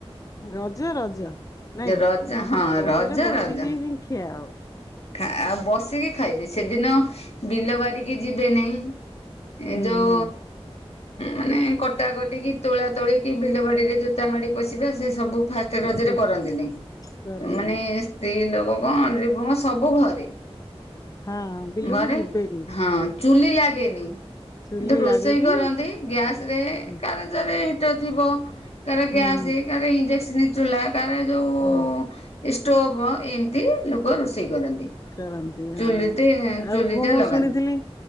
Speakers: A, on the left; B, on the left.
A: ରଜ ରଜ ନାଇଁ
B: ରଜ ହଁ
A: ରଜରେ
B: ରଜ
A: ବସିକି
B: ରଜ
A: ହିଁ ଖିଆହବ।
B: ଆଉ ବସିକି ଖାଇବେ ସେଦିନ ବିଲ ବାରିକି ଯିବେ ନେଇ।
A: ହୁଁ
B: ଏଯଉ।
A: ହୁଁ
B: ମାନେ କଟା କଟିକି ତୋଳା ତୋଳିକି ବିଲ ବାଡ଼ିରେ ଜୋତା ମାଡ଼ି ପଶିବା ସେ ସବୁ ଫାଷ୍ଟ ରଜରେ
A: ସେ
B: କରନ୍ତି ନେଇ
A: କରନ୍ତିନି
B: ମାନେ ସ୍ତ୍ରୀ ଲୋକ କଣ ଅଣ୍ଡିରୀ ପୁଅ କଣ, ସବୁଘରେ
A: ହଁ ବିଲକୁ
B: ଘରେ
A: ଯିବେନି
B: ହଁ ଚୁଲି ଲାଗେନି।
A: ଚୁଲି
B: କିନ୍ତୁ ରୋଷେଇ
A: ଲାଗେନି
B: କରନ୍ତି ଗ୍ୟାସ ରେ
A: ହୁଁ
B: କାରଜାର ଏଇ ହିଟର ଥିବ କାର
A: ହୁଁ
B: ଗ୍ୟାସ କାର ଇଂଡଏକ୍ସନ ଚୁ୍ଲା କାର ଯଉ
A: ହୁଁ
B: ଷ୍ଟୋଭ୍ ଏମିତି ଲୋକ ରୋଷେଇ କରନ୍ତି।
A: କରନ୍ତି
B: ଚୁଲିଟି
A: ହଁ ଆଉ
B: ଚୁଲିଟା
A: କଣ ମୁଁ
B: ଲଗାନ୍ତି
A: ଶୁଣିଥିଲି